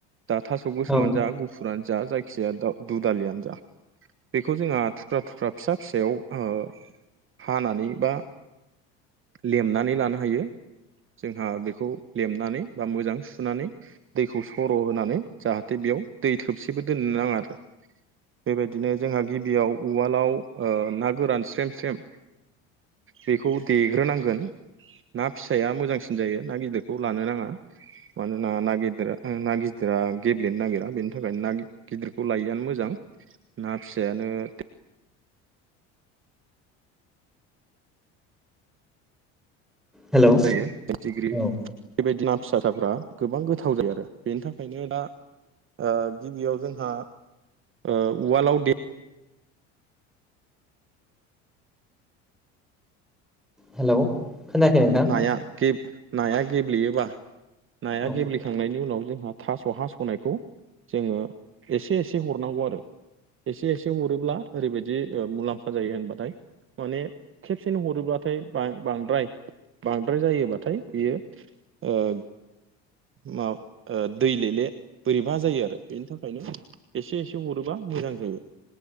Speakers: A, on the right (about 40°); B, in the centre.
A: दा थास' गोसोमानो
B: औ
A: जा, गुफुरानो जा जायखिजाया दा दुदालियानो जा । बेखौ जोंहा थुख्रा-थुख्रा फिसा फिसायाव ओ हानानै बा लेमनानै लानो हायो जोंहा बेखौ लेमनानै बा मोजां सुनानै दैखौ सर' होनानै जाहाथे बे बेयाव दै थोबसेबो दोननो नाङा आरो । बेबायदिनो जोंहा गिबियाव उवालाव ओ ना गोरान स्रेम स्रेम बेखौ देग्रोनां गोन ना फिसाया मोजांसिन जायो ना गिदिरखौ लानो नाङा मानोना ना गिदेरा ना गिदिरा गेब्लेनो नागिरा बेनि थाखायनो ना गिदिरखौ लायैआनो मोजां । ना फिसायानो दे
B: हेलौ
A: जायो फिथिग्रि
B: औ
A: बे बायदि ना फिसााथाफ्रा गोबां गोथाव जायो आरो बेनि थाखायनो दा ओ गिबियाव जोंहा ओ उवालाव दे
B: हेलौ खोनायाखै नोंथां
A: नाया गेब नाया गेब्लेयोबा नाया
B: औ
A: गेब्लेखांनायनि उनाव जोंहा थास' हास'नायखौ जोङो एसे एसे हरनांगौ आरो एसे एसे हरोब्ला ओरैबायदि ओ मुलाम्फा जायो होनबाथाय माने खेबसेनो हरोब्लाथाय बां बांद्राय बांद्राय जायोबाथाय बियो ओ मा ओ दैलेले बोरैबा जायो आरो बेनि थाखायनो एसे एसे ह हरोबा मोजां जायो।